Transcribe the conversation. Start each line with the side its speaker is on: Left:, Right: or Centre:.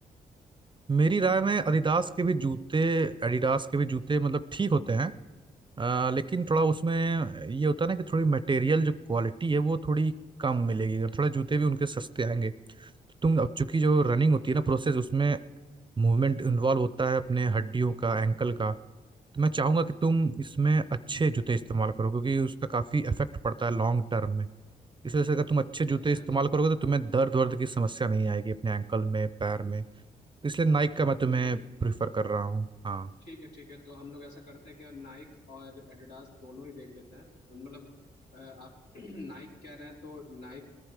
Right: मेरी राय में adidas के भी जूते एडिडास के भी जूते मतलब ठीक होते हैं अ, लेकिन थोड़ा उसमें ये होता है ना कि थोड़ी मटेरियल जो क्वालिटी है वो थोड़ी कम मिलेगी और थोड़ा जूते भी उनके सस्ते आएंगे तो तुम अब चूंकि जो रनिंग
Left: अच्छा अच्छा
Right: होती है ना प्रोसेस उसमें मूवमेंट इन्वॉल्व होता है अपने हड्डियों का एंकल का तो मैं चाहूंगा कि तुम इसमें अच्छे जूते इस्तेमाल करो क्योंकि उसका काफी इफेक्ट पड़ता है लॉन्ग टर्म में इस वजह से अगर तुम अच्छे जूते
Left: अच्छा
Right: इस्तेमाल
Left: अच्छा
Right: करोगे तो तुम्हें दर्द वर्द की समस्या नहीं आएगी अपने एंकल में पैर में इसलिए नाइक का मैं तुम्हें
Left: ठीक
Right: प्रेफर कर रहा हूँ हाँ
Left: ठीक है ठीक है तो हम लोग ऐसा करते हैं कि नाइक और एडिडास दोनों ही देख लेते हैं मतलब अ, आप <clears throat> नाइक कह रहे हैं तो नाइक